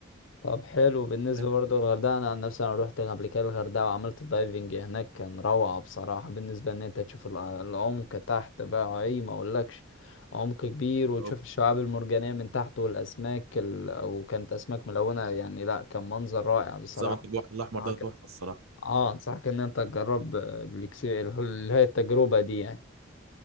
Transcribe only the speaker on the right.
فاهم
أو
سمك البحر الأحمر
ده تحفة الصراحة